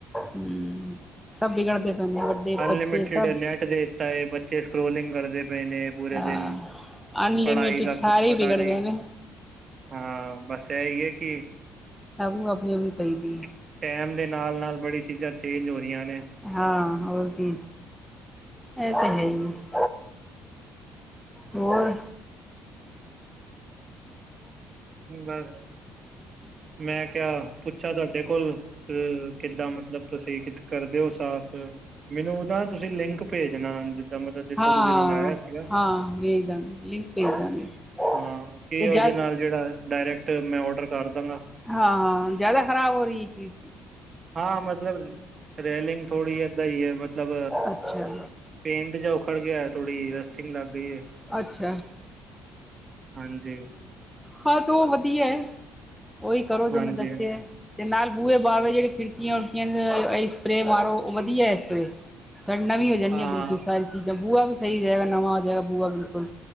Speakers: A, in the centre; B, on the right.
A: ਹਮ ਸਭ ਬਿਗੜਦੇ ਪਏ ਨੇ ਵੱਡੇ
B: ਅਨਲਿਮਿਟੇਡ
A: ਬੱਚੇ ਸਭ
B: ਨੈਟ ਦੇ ਤਾਂਏ ਬੱਚੇ, ਸਕ੍ਰੋਲਿੰਗ ਕਰਦੇ ਪਏ ਨੇ
A: ਅ
B: ਪੂਰੇ ਦਿਨ,
A: ਅਨਲਿਮਿਟਿਡ
B: ਪੜ੍ਹਾਈ ਦਾ
A: ਸਾਰੇ
B: ਕੁਛ ਪਤਾ
A: ਵਿਗੜ
B: ਨਹੀਂ
A: ਗਏ ਨੇ
B: ਹਾਂ, ਬਸ ਹੈ ਇਹ ਹੈ ਕਿ
A: ਸਭ ਨੂੰ, ਆਪਣੀ -ਆਪਣੀ ਪਈ ਦੀ ਏ।
B: ਟੈਮ ਦੇ ਨਾਲ-ਨਾਲ ਬੜੀ ਚੀਜ਼ਾਂ ਚੇਂਜ ਹੋ ਰਹੀਆਂ ਨੇ,
A: ਹਾਂ, ਹੋਰ ਕੀ, ਇਹ ਤਾਂ ਹੈ ਏ ਹੋਰ,
B: ਹੂੰ, ਬਸ ਮੈਂ ਕਿਹਾ ਪੁੱਛਾਂ ਤੁਹਾਡੇ ਕੋਲ, ਕਿੱਦਾਂ ਮਤਲਬ ਤੁਸੀਂ ਕਰ ਦਿਓ ਸਾਫ਼, ਮੈਨੂੰ ਉਹਦਾ ਤੁਸੀਂ ਲਿੰਕ ਭੇਜਣਾ, ਜਿੱਦਾਂ ਮਤਲਬ ਜਿੱਥੋਂ
A: ਹਾਂ
B: ਤੁਸੀਂ ਮੰਗਾਇਆ ਸੀਗਾ।
A: ਹਾਂ ਭੇਜ ਦਾਂਗੇ ਲਿੰਕ ਭੇਜ ਦਾਂਗੇ
B: ਹਾਂ, ਕੀ
A: ਤੇ
B: ਉਹਦੇ
A: ਜਦ
B: ਨਾਲ ਜਿਹੜਾ ਡਾਇਰੈਕਟ ਮੈਂ ਔਡਰ ਕਰਦਾਂਗਾ।
A: ਹਾਂ, ਜਿਆਦਾ ਖ਼ਰਾਬ ਹੋ ਰਹੀ ਕੀ
B: ਹਾਂ ਮਤਲਬ, ਰੇਲਿੰਗ ਥੋੜੀ ਏਦਾਂ ਹੀ ਹੈ ਮਤਲਬ
A: ਅੱਛਾ
B: ਪੇਂਟ ਜਾ ਉਖੜ ਗਿਆ, ਥੋੜੀ ਰਸਟਿੰਗ ਲੱਗ ਗਈ ਐ।
A: ਅੱਛਾ
B: ਹਾਂਜੀ,
A: ਹਾਂ ਤੋ ਉਹ ਵਧੀਆ ਐ, ਉਹੀ ਕਰੋ ਜੋ
B: ਹਾਂਜੀ
A: ਮੈਂ ਦੱਸਿਆ। ਤੇ ਨਾਲ ਬੂਹੇ -ਬਾਵੇ ਜਿਹੜੇ ਖਿੜਕੀਆਂ-ਖਿੜਕੀਆਂ ਸਪਰੇਅ ਮਾਰੋ, ਉਹ ਵਧੀਆ ਐ ਸਪਰੇਅ। ਡਾ ਨਵੀ ਹੋ ਜਾਣੀਆਂ
B: ਹਾਂ
A: ਬਿਲਕੁਲ, ਸਾਰੀ ਚੀਜ਼ਾਂ ਬੂਆ ਵੀ ਸਹੀ ਹੋ ਜਾਏਗਾ ਨਵਾਂ ਹੋ ਜਾਏਗਾ, ਬੂਆ ਬਿਲਕੁਲ